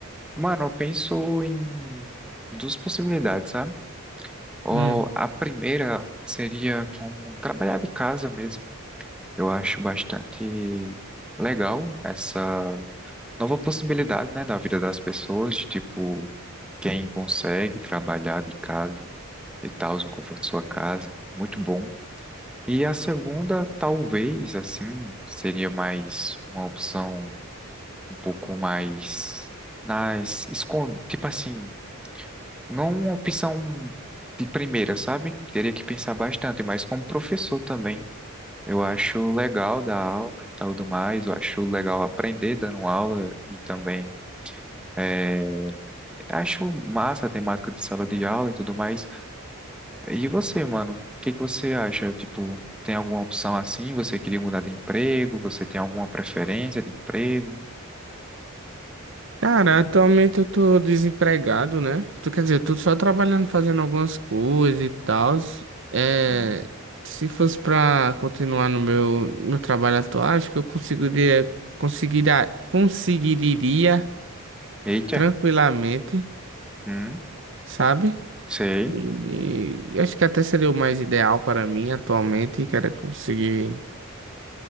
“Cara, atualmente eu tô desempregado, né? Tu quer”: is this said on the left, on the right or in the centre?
Right